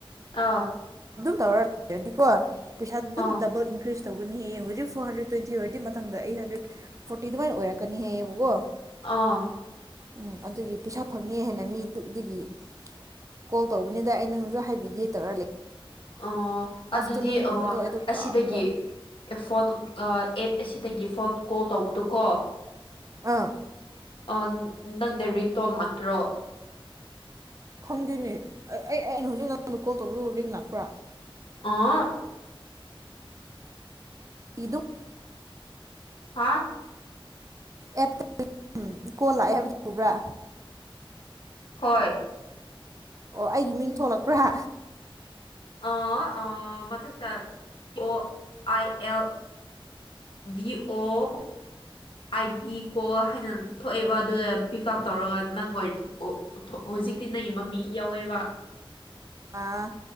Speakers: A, on the left; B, on the right.
A: ꯑꯥ
B: ꯇꯧꯔꯗꯤꯀꯣ ꯄꯩꯁꯥꯗꯤ ꯑꯗꯨꯝ
A: ꯑꯥ
B: ꯗꯕꯜ ꯏꯟꯀ꯭ꯔꯤꯖ ꯇꯧꯒꯅꯤ ꯌꯦ ꯍꯧꯖꯤꯛ ꯐꯣꯔ ꯍꯟꯗ꯭ꯔꯦꯗ ꯇ꯭ꯋꯦꯟꯇꯤ ꯑꯣꯏꯔꯗꯤꯊꯗ ꯑꯩꯠ ꯍꯗ꯭ꯔꯦꯗ ꯐꯣꯔꯇꯤ ꯑꯗꯨꯃꯥꯏꯅ ꯑꯣꯏꯔꯛꯀꯅꯤ ꯍꯌꯦꯑꯕꯀꯣ
A: ꯑꯥ
B: ꯎꯝ ꯑꯗꯨꯒꯤ ꯄꯩꯁꯥ ꯐꯪꯉ ꯍꯥꯏꯦꯅ ꯃꯤ ꯑꯗꯨ ꯑꯗꯨꯒꯤ ꯀꯣꯜ ꯇꯧꯕꯅꯤꯗ ꯑꯩ ꯅꯪꯁꯨ ꯍꯥꯏꯕꯤꯒꯦ ꯇꯧꯔ
A: ꯑꯣ
B: ꯑꯥꯐꯇꯔꯅꯨꯟꯒꯨꯝꯕꯗꯣ
A: ꯑꯗꯨꯗꯤ ꯑꯩ
B: ꯑꯩꯗꯣ ꯀꯥꯎꯈ꯭ꯔꯕ
A: ꯁꯤꯗꯒꯤ ꯐꯣꯟ ꯑꯦꯞ ꯑꯁꯤꯗꯒꯤ ꯐꯣꯟ ꯀꯣꯜ ꯇꯧꯕꯗꯨ ꯀꯣ
B: ꯑꯥ
A: ꯑ ꯅꯪꯗ ꯔꯤꯡꯇꯣꯜ ꯂꯥꯛꯇ꯭ꯔꯣ
B: ꯈꯪꯗꯦꯅꯦ ꯑꯩ ꯑꯩꯅ ꯍꯧꯖꯤꯛ ꯅꯉꯣꯟꯗ ꯀꯣꯜ ꯇꯧ ꯔꯤꯡ ꯂꯥꯛꯄ꯭ꯔꯥ
A: ꯑꯥ
B: ꯗꯨ
A: ꯍꯥꯥ
B: ꯑꯦꯞꯇ ꯀꯣꯜ ꯂꯥꯛꯑꯦ ꯍꯥꯏꯕꯗꯨ ꯎꯕ꯭ꯔꯥ
A: ꯍꯣꯏ꯫
B: ꯑꯣ ꯑꯩꯒꯤ ꯃꯤꯡ ꯊꯣꯛꯂꯛꯄ꯭ꯔꯥ
A: ꯑ ꯑ ꯃꯊꯛꯇ ꯑꯣ ꯑꯥꯏ L V O I P ꯀꯣ ꯍꯥꯏꯅ ꯊꯣꯛꯑꯦꯕ ꯑꯗꯨꯗ ꯄꯤꯛ ꯎꯞ ꯇꯧꯔꯒ ꯅꯪ ꯑꯣꯏ ꯑꯣ ꯍꯧꯖꯤꯛꯇꯤ ꯅꯪꯒꯤ ꯃꯃꯤꯡ ꯌꯥꯋꯦꯕ
B: ꯑꯥ